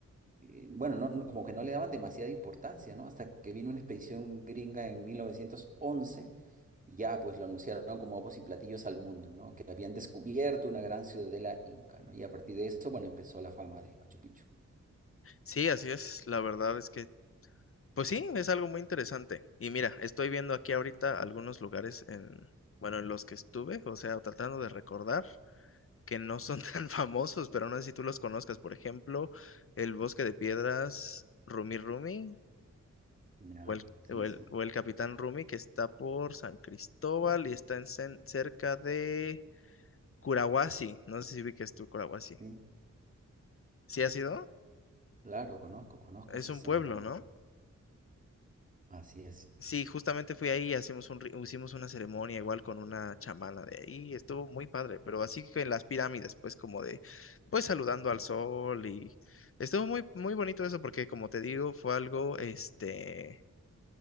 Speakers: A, on the right; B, on the left.
A: eh, bueno, no, no- como que no le daban demasiada importancia, ¿no? Hasta que vino una expedición gringa en 1911 y ya pues lo anunciaron como bombos y platillos al mundo, ¿no? Que habían descubierto una gran ciudadela inca, ¿no? Y a partir de eso, bueno, empezó la fama de Machu Picchu.
B: Sí, así es, la verdad es que Pues sí, es algo muy interesante. Y mira, estoy viendo aquí ahorita algunos lugares en, bueno, en los que estuve, o sea, tratando de recordar que no son <laughs> tan famosos, pero no sé si tú los conozcas. Por ejemplo, el Bosque de Piedras, Rumi Rumi,
A: Ya,
B: o el,
A: sí,
B: o el,
A: sí,
B: o el Capitán Rumi, que está por San Cristóbal y está en, cen- cerca de Curahuasi. No sé si ubiques tú Curahuasi.
A: sí.
B: ¿Sí has ido?
A: Claro, conozco, conozco
B: Es
A: esa
B: un
A: zona
B: pueblo,
A: también.
B: ¿no?
A: Así es.
B: Sí, justamente fui ahí, hacemos un, ri- hicimos una ceremonia igual con una chamana de ahí, estuvo muy padre, pero así que en las pirámides, pues como de, pues saludando al sol y estuvo muy, muy bonito eso porque como te digo, fue algo, este,